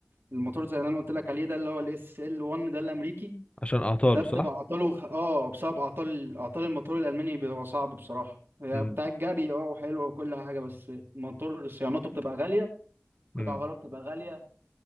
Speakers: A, on the right; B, on the left.
A: الموتور زي اللي انا قلت لك عليه ده اللي هو الاس ال 1 ده الامريكي
B: عشان اعطاله
A: ده بتبقى
B: صح
A: اعطاله خ- اه بسبب اعطال اعطال الموتور الالماني بيبقى صعب بصراحه هي
B: امم
A: بتاع الجري اه وحلوه وكل حاجه بس الموتور صيانته بتبقى غاليه قطع
B: امم
A: غياره بتبقى غاليه